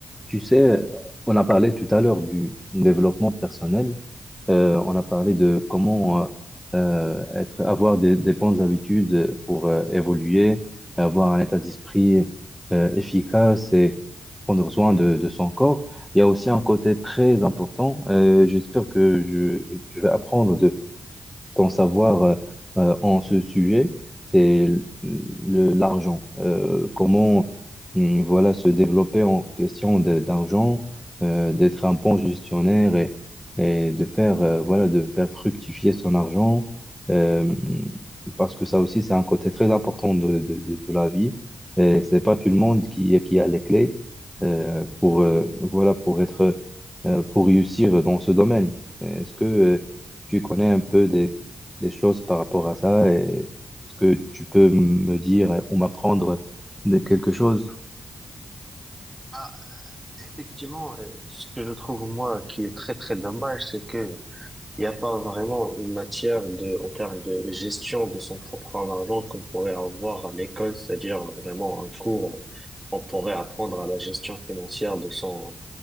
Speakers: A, in the centre; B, on the right.
A: Tu sais, on a parlé tout à l'heure du développement personnel. Euh, on a parlé de comment euh, euh, être, avoir des, des bonnes habitudes pour euh, évoluer, avoir un état d'esprit euh, efficace et prendre soin de, de son corps. Il y a aussi un côté très important. euh, j'espère que je, je vais apprendre de ton savoir euh, euh, en ce sujet. C'est l- le- l'argent. Euh, comment hum, voilà, se développer en question de- d'argent, euh, d'être un bon gestionnaire et, et de faire, euh, voilà, de faire fructifier son argent, euh, parce que ça aussi, c'est un côté très important de, de, de, de la vie. Et c'est pas tout le monde qui, qui a les clés, euh, pour, euh, voilà, pour être, euh, pour réussir dans ce domaine. Est-ce que, euh, tu connais un peu des, des choses par rapport à ça et est-ce que tu peux me dire ou m'apprendre de quelque chose?
B: Bah, effectivement, euh, ce que je trouve moi qui est très très dommage, c'est que il n'y a pas vraiment une matière de, en termes de gestion de son propre argent qu'on pourrait avoir à l'école, c'est-à-dire vraiment un cours, on pourrait apprendre à la gestion financière de son